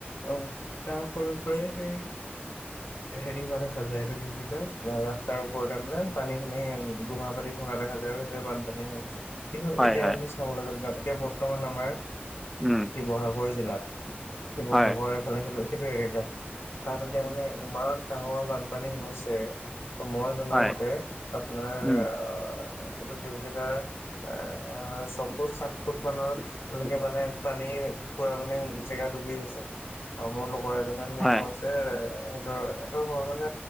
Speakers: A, on the left; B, in the centre.
A: অ' তাৰ ফলৰ <unintelligible> হেৰি হোৱা দেখা যায়, এইটো কি বুলি কয়, ৰাস্তাৰ ওপৰতে মানে পানীখিনি দুঘা পাতি থকা দেখা যায়, সেইটোৱে বানপানী হৈ আহিছে। কিন্তু
B: হয়
A: এতিয়া
B: হয়
A: আমি চাবলৈ যদি যাওঁ এতিয়া বৰ্তমান আমাৰ
B: উম
A: শিৱসাগৰ জিলাত। শিৱসাগৰ
B: হয়
A: এইফালে সেইটো সেইটো এলেকাত, তাত এতিয়া মানে ইমান ডাঙৰ বানপানী হৈছে, ত' মই জনামতে
B: হয়
A: <unintelligible>
B: উম।
A: অ' এইটো কি বুলি কয়, এ ছফুট-সাত ফুট মানৰ। তেনেকে মানে পানী পুৰা মানে জেগাত ডুবি গৈছে। আৰু মোৰ লগৰ এজন <unintelligible> যে
B: হয়
A: সিহতৰ এইটো <unintelligible> মানে